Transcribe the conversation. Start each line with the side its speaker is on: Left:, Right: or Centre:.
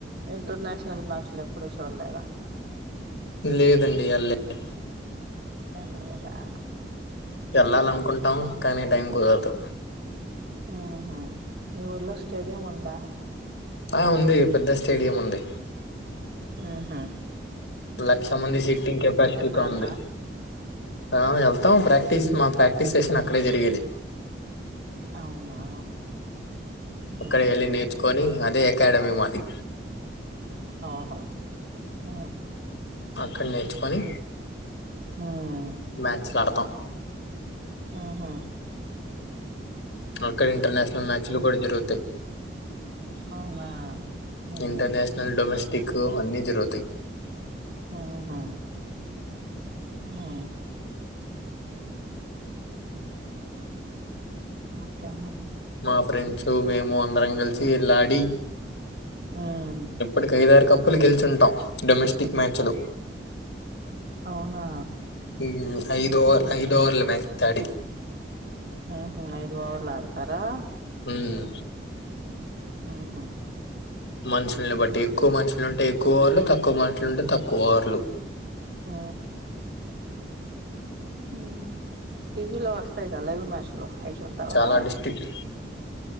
Right: ఇంటర్నేషనల్ మ్యాచ్లు ఎప్పుడూ చూడలేరా
Left: లేదండి ఆడ్ లేదు
Right: టర్లేదా
Left: ఎళ్ళాలనుకుంటాం కానీ టైం కుదరదు
Right: ఊహూ మీ ఊర్లో స్టేడియం ఉందా
Left: ఆ ఉంది పెద్ద స్టేడియం ఉంది
Right: ఆహా
Left: లక్ష మంది సీట్టింగ్ కెపాసిటీతో
Right: ఎప్పుడన్నా
Left: ఉంది ఆ వెళ్తాం ప్రాక్టీస్ కి మా ప్రాక్టీస్ సెషన్ అక్కడే జరిగేది
Right: అవునా
Left: అక్కడ
Right: ఉమ్
Left: ఎళ్ళి నేర్చుకొని అదే అకాడమి మాది
Right: ఆహ అ
Left: కల్నెత్తుకొని
Right: ఉమ్
Left: మ్యాచ్లు ఆడతాం
Right: ఆహా
Left: అక్కడ ఇంటర్నేషనల్ మ్యాచ్ లు కూడా జరుగుతాయి
Right: అవునా ఉహు
Left: ఇంటర్నేషనల్ డొమెస్టిక్ అన్నీ జరుగుతాయి
Right: ఆహా ఆ ఇంకా
Left: మా ఫ్రెండ్స్ <unintelligible> మేము అందరం కలిసి వెళ్లాడి
Right: ఉమ్
Left: ఎప్పుడు కైదారుకప్పు ప్పులు గెలుచుంటాం డొమెస్టిక్ మ్యాచ్లు
Right: అవునా
Left: <unintelligible> ఐదు
Right: ఉహు
Left: ఓవర్ ఐదు ఓవర్ల మ్యా తాడి
Right: ఆహా ఐదు ఓవర్లు ఆడతారా
Left: మ్మ్
Right: మ్ హూ
Left: మనుషుల్ని బట్టి ఎక్కువ మనుషు షులు ఉంటే ఎక్కువ ఓవర్లు తక్కువ మనుషులుంటే తక్కువ ఓవర్లు
Right: ఆ ఊ టీవీలో వస్తాయి కద లైవ్ మ్యాచ్ ఐ సుతావా
Left: చాలా డిస్ట్రిక్ట్